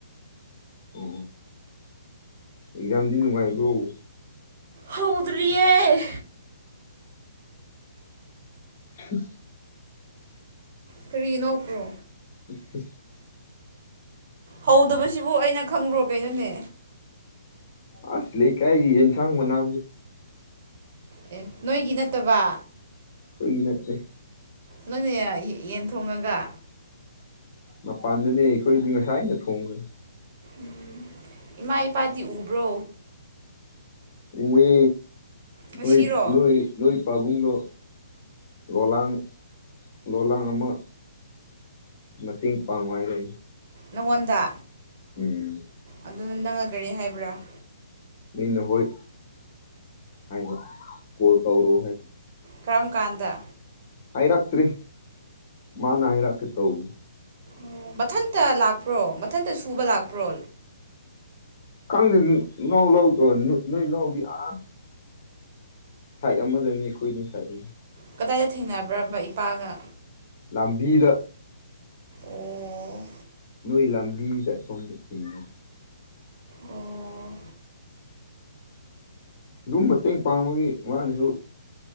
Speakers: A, on the left; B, on the right.
A: ꯎ ꯑꯦꯛꯖꯥꯝꯗꯤ ꯅꯨꯡꯉꯥꯏꯕꯧ
B: ꯍꯧꯗꯔꯤꯔꯤꯌꯦ
A: ꯑ
B: ꯀ꯭ꯔꯤꯅꯣꯄ꯭ꯔꯣ
A: ꯑꯣꯦ
B: ꯍꯧꯗꯕꯁꯤꯕꯨ ꯑꯩꯅ ꯈꯪꯕ꯭ꯔꯣ ꯀꯩꯅꯣꯅꯦ
A: ꯑꯂ ꯀꯥꯏꯒꯤ ꯌꯦꯅ ꯁꯪ ꯃꯅꯥ
B: ꯑꯦ ꯅꯣꯏꯒꯤ ꯅꯠꯇꯕ
A: ꯀꯣꯏꯒꯤ ꯅꯠꯇꯅꯦ
B: ꯅꯪꯅꯦ ꯌꯦꯟ ꯊꯣꯡꯉꯒ
A: ꯃꯄꯥꯟꯗꯅꯦ ꯑꯩꯈꯣꯏꯗꯤ ꯉꯁꯥꯏ ꯑꯩꯅ ꯊꯣꯡꯒꯦ
B: ꯎꯝ ꯏꯃꯥ ꯏꯄꯥꯗꯤ ꯎꯕ꯭ꯔꯣ
A: ꯎꯋ
B: ꯉꯁꯤꯔꯣ
A: ꯂ ꯂ ꯂ ꯄꯥꯕꯨꯡꯗ ꯂꯣꯂꯥꯡ ꯂꯣꯂꯥꯡ ꯑꯃ ꯃꯇꯦꯡ ꯄꯥꯡ ꯍꯥꯏꯔ
B: ꯅꯉꯣꯟꯗ
A: ꯎꯝ
B: ꯑꯗꯨꯅ ꯅꯪꯅ ꯀꯔꯤ ꯍꯥꯏꯕ꯭ꯔꯥ
A: ꯅꯩꯅ ꯍꯣꯏ ꯍꯥꯏꯕ ꯀꯣꯜ ꯇꯧꯔꯣ ꯍꯥꯏꯕ
B: ꯀ꯭ꯔꯝ ꯀꯥꯟꯗ
A: ꯍꯥꯏꯔꯛꯇ꯭ꯔꯔꯤ ꯃꯥꯅ ꯍꯥꯏꯔꯛꯀꯦ ꯇꯧꯕꯅꯤ
B: ꯎ ꯃꯊꯟꯇ ꯂꯥꯛꯄ꯭ꯔꯣ ꯃꯊꯟꯇ ꯁꯨꯕ ꯂꯥꯛꯄ꯭ꯔꯣ
A: ꯈꯪꯗꯦ ꯂꯥꯎ ꯂꯥꯎꯗ ꯅꯣꯏ ꯂꯥꯎꯗꯤ ꯑꯥ ꯁꯥꯏꯠ ꯑꯃꯗꯅꯤ ꯑꯩꯈꯣꯏꯏꯅꯤ ꯁꯥꯏꯠꯅꯤ
B: ꯀꯗꯥꯏꯗ ꯊꯦꯡꯅꯕ꯭ꯔꯕ ꯏꯄꯥꯒ
A: ꯂꯝꯕꯤꯗ
B: ꯑꯣ
A: ꯅꯣꯏ ꯂꯝꯕꯤ ꯆꯠꯐꯝꯗꯨ ꯊꯤꯡꯅ
B: ꯑꯣ
A: ꯑꯗꯨꯝ ꯃꯇꯦꯡ ꯄꯥꯡꯕꯒꯤ ꯃꯥꯅꯁꯨ